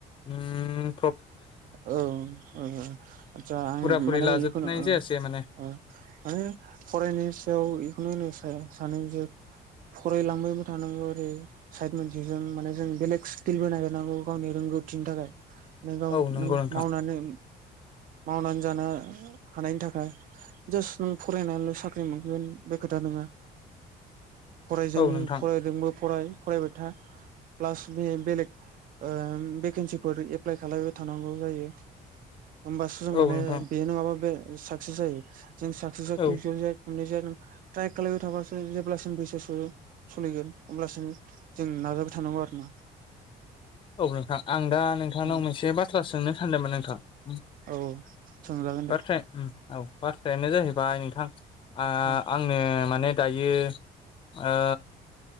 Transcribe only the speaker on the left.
ओम ओम
फुरा फुरि
लाजोबनाय
जायासै माने
औ नंगौ नोंथां
औ नोंथां
औ
नोंथां
औ
औ नोंथां आं दा नोंथांनाव
मोनसे बाथ थ्रा सोंनो सानदोंमोन नोंथां <inaudible>
बाथ्राया
उम औ बाथ्रायानो जाहैबाय नोंथां आ
आंनो माने दायो ओ